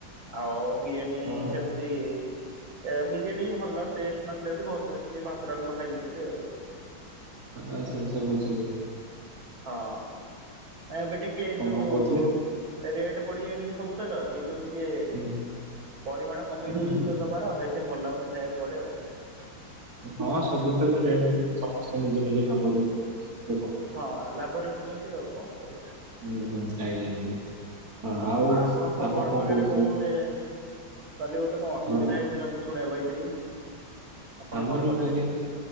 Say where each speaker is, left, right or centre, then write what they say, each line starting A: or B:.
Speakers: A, on the right; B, on the right.
A: ଆଉ। ବିରିୟାନୀ
B: ଓହୋ
A: ସେମିତି ଏ ବିରିୟାନୀ ବି ଭଲ ଟେଷ୍ଟ ନଥିଲା ବୋଲି ଘରକୁ ଆସିିକି ଭାତ ଡାଲମା ଖାଇ ଦେଇଥିଲି ଆଉ।
B: ଆଚ୍ଛା ଆଚ୍ଛା ବୁଝିଗଲି
A: ହଁ ହଁ। ଏବେ ଟିକେ ଯୋଉ
B: କଣ କହୁଥିଲେ?
A: ରେଟ ବଢିଯାଇନି କି ସବୁ ତକ ସେ ଯୋଉ ଟିକେ
B: ହୁଁ
A: ପରିମାଣ କମେଇ
B: ହୁଁ
A: ଦଉଛନ୍ତି
B: ହୁଁ
A: ତ ଦବାର ସେଇଥିପାଇଁ ଭଲ ଲାଗୁନି ଖାଇବାକୁ କୁଆଡେ ଆଉ।
B: ହଁ ସବୁଥର ରେ <inaudible> ସମସ୍ତେ ନିଜେ ନିଜେ ଲାଭ ଦେଇ <unintelligible>
A: ହଁ ଲାଭ ରଖୁଛନ୍ତି ଆଉ କଣ କରିବା
B: ହୁଁ ହୁଁ ଆଜ୍ଞା ଆଜ୍ଞା ହଁ ଆଉ
A: ଆପଣଙ୍କ
B: ଆପଣ
A: ଘର
B: କଣ
A: ପାଖରେ
B: କହୁଛନ୍ତି
A: କଣ ଗୋଟେ କଲି ଗୋଟେ କଣ ଅସୁବିଧା
B: ଘର
A: ହେଇଥିଲା ମୁଁ ଶୁଣିବା ପାଇଁଥିଲି ଆପଣଙ୍କ
B: ଆମର
A: ଘର ପାଖରେ
B: କାଲି